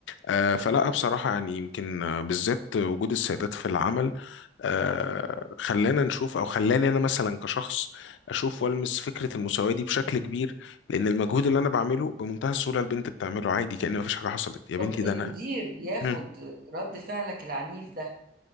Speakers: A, on the left (about 85°); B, on the right (about 55°).
A: آه، فلا
B: مم.
A: بصراحة يعني يمكن آه، بالذات وجود السيدات في العمل آه، خلانا نشوف أو خلاني أنا مثلا كشخص أشوف وألمس فكرة المساواة دي بشكل كبير لأن المجهود
B: مم.
A: اللي أنا بعمله بمنتهى السهولة البنت بتعمله عادي كأن مفيش حاجة حصلت يا بنتي
B: طب المدير
A: ده أنا
B: ياخد
A: مم.
B: رد فعلك العنيف ده